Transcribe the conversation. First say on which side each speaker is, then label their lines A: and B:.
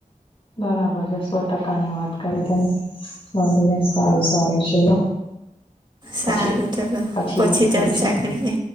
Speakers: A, on the left; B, on the right.
A: બરાબર છે સો ટકા ની વાત કરી તમેં. વાંધ સારું સારું ચલો. પછી
B: સારું ચલો
A: પછી વાત કરીશું.
B: ચર્ચા કરીએ